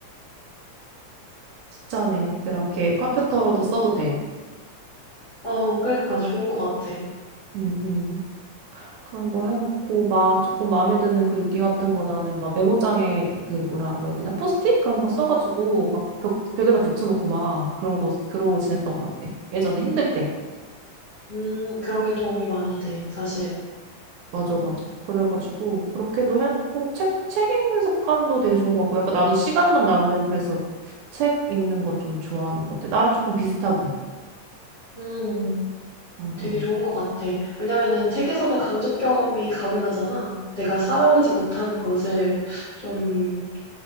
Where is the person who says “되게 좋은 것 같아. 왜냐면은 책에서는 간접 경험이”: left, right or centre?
Left